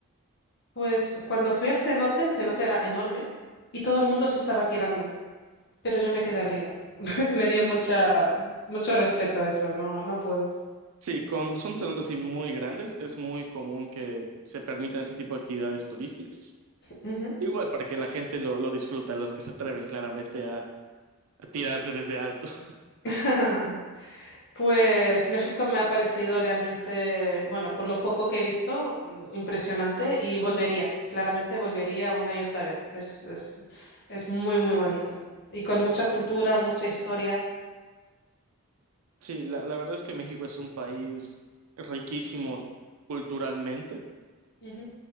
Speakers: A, on the left; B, on the right.
A: Pues cuando fui al cenote, el cenote era enorme y todo el mundo se estaba tirando, pero yo me quedé arriba. <laughs> Me dio mucha, mucho respeto eso, no, no pude.
B: Sí, cuando son cenotes así muy grandes, es muy común que se permitan ese tipo de actividades turísticas.
A: Ujú.
B: Igual para que la gente lo, lo disfruta, los que se atreven claramente a, a tirarse desde alto. <laughs>
A: <laughs> Pues México me ha parecido realmente, bueno, por lo poco que he visto, mm, impresionante y volvería, claramente volvería una y otra vez. Es, es, es muy, muy bonito. Y con mucha cultura, mucha historia.
B: Sí, la, la verdad es que México es un país riquísimo culturalmente
A: Ujú.